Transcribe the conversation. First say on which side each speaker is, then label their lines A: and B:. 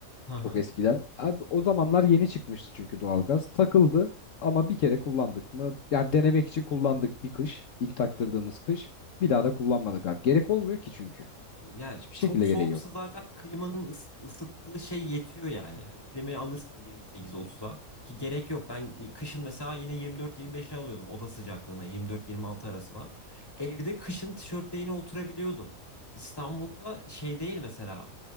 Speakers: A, on the left; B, on the left.
A: <laughs>
B: Çok eskiden. Abi o zamanlar yeni çıkmıştı çünkü doğalgaz. Takıldı ama bir kere kullandık mı? Yani denemek için kullandık bir kış. ilk taktırdığımız kış. Bir daha da kullanmadık abi. Gerek olmuyor ki çünkü.
A: Ya
B: Hiçbir şekilde
A: çok soğuksa
B: gereği yok.
A: zaten klimanın ıs- ısıttığı şey yetiyor yani. Hani klimayı alırsın 28-30'a ki gerek yok. Ben kışın mesela yine 24-25'e alıyordum oda sıcaklığına 24-26 arasına. Evde kışın tişörtle yine oturabiliyordum. İstanbul'da şey değil mesela.